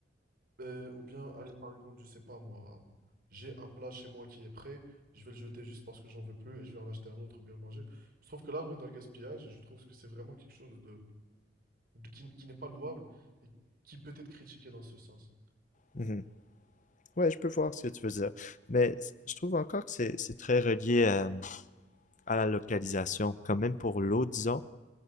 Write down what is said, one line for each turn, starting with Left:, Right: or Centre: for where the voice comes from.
Right: Euh, ou bien, allez, par exemple, je sais pas moi, j'ai un plat chez moi qui est prêt, je vais le jeter juste parce que j'en veux plus et je vais en acheter un autre ou bien le manger. Je trouve que là, on est dans le gaspillage et je trouve que c'est vraiment quelque chose de, de- qui, qui n'est pas louable et qui peut être critiqué dans ce sens.
Left: <laughs> Ouais, je peux voir ce que tu veux dire. Mais je trouve encore que c'est c'est très relié euh, à la localisation. Quand même pour l'eau, disons.